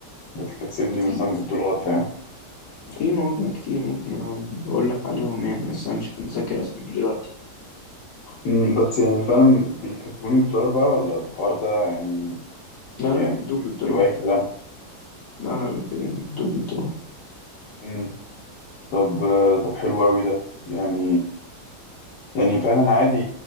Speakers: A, on the left; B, on the left.
A: بتكسبني مثلا
B: في
A: بالدولار فاهم
B: في مواقع كتير ممكن بقول لك عليهم يعني بس انا مش متذكر اساميهم دلوقتي
A: أمم، بس يعني فعلا بيكسبوني بالدولار بقى ولا الحوار ده يعني
B: لا
A: يعني
B: لا بيدوك بالدولار
A: بيبقى أي كلام
B: لا لا بيدوك بالدولار
A: أمم، طب طب حلو أوي ده يعني يعني فعلا عادي